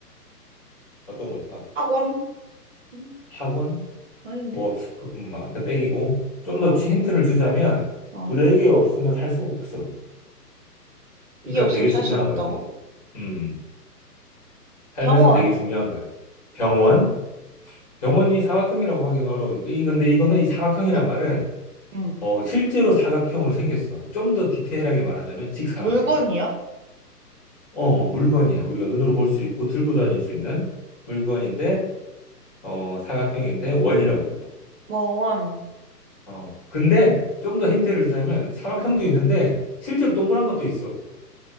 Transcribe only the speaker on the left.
어떤 걸까?
학원?
뭐, 그, 음, 아, 그 땡이고. 좀
더 힌트를 주자면,
우리에게 없으면 살 수가 없어.
그러니까
되게
중요한
거지. 음, 음. 삶에서
되게 중요한 거야. 병원? 병원이 사각형이라고 하기는 어려우니까. 이, 근데 이거는 이 사각형이란
말은
어, 실제로 사각형으로 생겼어. 좀 더 디테일하게 말하자면 직사각형이야.
어, 어, 물건이야. 우리가 눈으로 볼 수 있고 들고 다닐 수 있는 물건인데 어, 사각형인데 원이라고 불러.
어, 근데 좀 더 힌트를
주자면 사각형도
있는데 실제로 동그란 것도 있어.